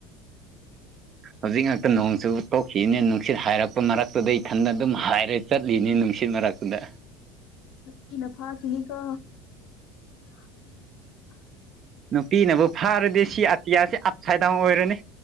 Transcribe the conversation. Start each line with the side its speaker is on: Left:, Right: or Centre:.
Right: ꯍꯧꯖꯤꯛ ꯉꯛꯇ ꯅꯣꯡꯁꯨ ꯇꯣꯛꯈꯤꯝꯅꯦ ꯅꯨꯡꯁꯤꯠ ꯍꯥꯏꯔꯛꯄ ꯃꯔꯛꯇꯨꯗ ꯏꯊꯟꯗ ꯑꯗꯨꯝ ꯍꯥꯏꯔ ꯆꯠꯂꯤꯅꯤ ꯅꯨꯡꯁꯤꯠ ꯃꯔꯛꯇꯨꯗ
Left: ꯅꯨꯄꯤꯅ ꯐꯈꯤꯅꯤꯀꯣ <unintelligible>
Right: ꯅꯨꯄꯤꯅꯕꯨ ꯐꯥꯔꯗꯤ ꯁꯤ ꯑꯇꯤꯌꯥꯁꯤ ꯑꯞꯁꯥꯏꯗꯥꯎꯟ ꯑꯣꯏꯔꯅꯤ